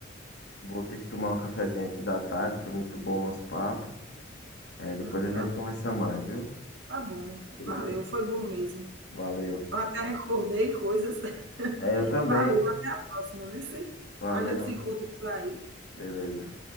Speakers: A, on the left (about 65°); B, on the right (about 70°).
A: vou ter que tomar um cafezinho aqui da tarde. Foi muito bom o nosso papo. É, depois
B: ah,
A: a gente
B: tá bom,
A: conversa mais, viu?
B: tá bom. Valeu,
A: Tudo bem?
B: foi bom mesmo.
A: Valeu.
B: Eu até recordei coisas. <laughs>
A: É, eu também.
B: Valeu, na próxima, viu? sim?
A: Valeu.
B: A gente se encontra por aí.
A: Beleza.